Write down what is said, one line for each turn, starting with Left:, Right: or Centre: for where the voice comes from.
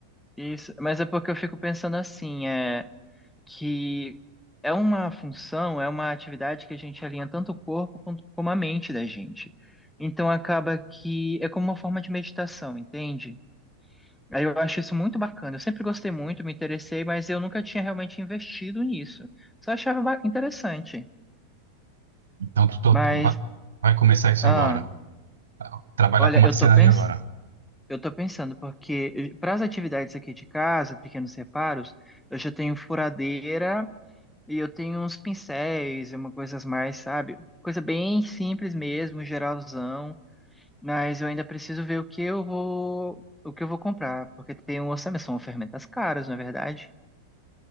Centre: isso, mas é porque eu fico pensando assim, é. que é uma função, é uma atividade que a gente alinha tanto o corpo quanto, como a mente da gente. Então acaba que é como uma forma de meditação, entende? Aí eu acho isso muito bacana. Eu sempre gostei muito, me interessei, mas eu nunca tinha realmente investido nisso. Só achava ba- interessante.
Right: Então, tu, tu,
Centre: Mas,
Right: tu va- vai começar isso
Centre: ah,
Right: agora. Trabalhar
Centre: olha,
Right: com marcenaria
Centre: eu tô pens...
Right: agora.
Centre: eu tô pensando, porque para as atividades aqui de casa, pequenos reparos, eu já tenho furadeira E eu tenho uns pincéis e uma coisas mais, sabe? Coisa bem simples mesmo, geralzão, mas eu ainda preciso ver o que eu vou, o que eu vou comprar, porque tem um orçamento, são ferramentas caras, na é verdade.